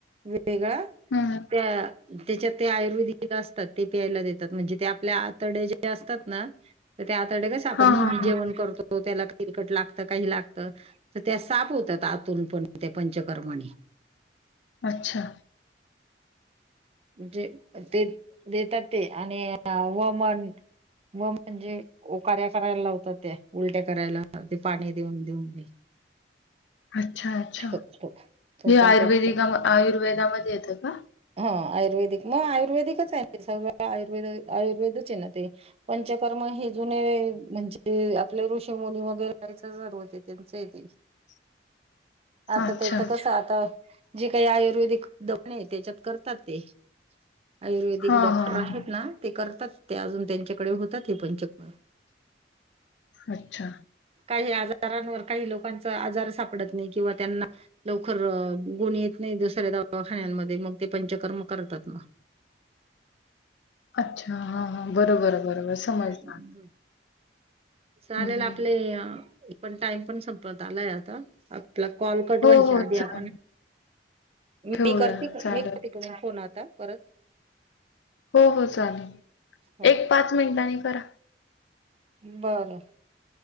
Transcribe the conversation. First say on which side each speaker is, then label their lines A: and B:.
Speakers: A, on the right; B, on the left.
A: वेगळा,
B: हम्म
A: त्या त्याच्यात ते आयुर्वेदिक असतात ते प्यायला दात म्हणजे ते आपल्या आतड जे असतात ना. त्या आताडे कस आपण
B: हा
A: नेहमी
B: हा
A: जेवण
B: हा.
A: करतो त्याला किरकट लागतो. काही लागत तर त्या साप होतात आतून पण त्या पंचकर्माने
B: अच्छा.
A: जे ते देतात ते आणि वमन व म्हणजे ओकार्या करायला लावतात ते उलट्या करायला ते पाणी देऊन देऊन.
B: अच्छा अच्छा.
A: तो तो, तो
B: हे
A: पण
B: आयुर्वेदिका
A: तेच
B: आयुर्वेदामध्ये येतं का?
A: हा आयुर्वेदिक मग आयुर्वेदिकच आहे सग आयुर्वेद आयुर्वेदच आहे ना ते पंचकर्म ही जुने म्हणजे आपले ऋषी मुनी वगैरे रायच सर होते त्यांच येथ
B: <inaudible>
A: आता
B: अच्छा.
A: त्याच कस आता जी काही आयुर्वेदिक दखणे त्याच्यात करतात. ते आयुर्वेदिक
B: हां,
A: डॉक्टर
B: हां, हां.
A: आहेत ना ते करतात. ते अजून त्यांच्याकडे होतात हे पंचकम
B: अच्छा.
A: काही आजारांवर काही लोकांचा आजार सापडत नाही किंवा त्यांना लवकर गुणी येत नाही. दुसऱ्या दवाखान्यांमध्ये मग ते पंचकर्म करतात नाग
B: अच्छा हा हा बरोबर बरोबर. समजलं.
A: हम्म. चालेल
B: हं, हं.
A: आपले पण टाइम पण संपत आलाय आता आपला कॉल कटवायच्या
B: हो, हो.
A: आधी
B: चालेल.
A: आपण
B: ठेवूया.
A: मी करते
B: चालेल.
A: मी करते क फोन आता परत.
B: हो हो चालेल
A: हो
B: एक पाच मिनिटांनी करा.
A: बरं